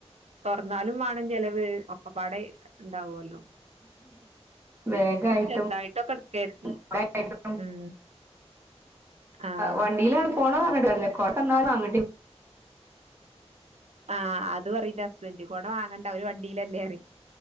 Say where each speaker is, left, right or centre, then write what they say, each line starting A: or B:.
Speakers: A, on the right (about 70°); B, on the right (about 20°).
A: എന്നാലും വേണം ചെലവ് ഒക്കപ്പാടെ ഉണ്ടാവുവല്ലോ
B: വേഗായിട്ടും
A: ചെറുതായിട്ടൊക്കെ എടുക്കാ കരുതി
B: <unintelligible>
A: ഉം ആഹ്
B: വണ്ടിയിലാണ് പോ പോണ പറഞ്ഞിട്ട് <unintelligible>
A: ആഹ് അത് പറയുംന്റെ ഹസ്ബൻ്റ് കോട വാങ്ങണ്ട അവര് വണ്ടീലല്ലേറി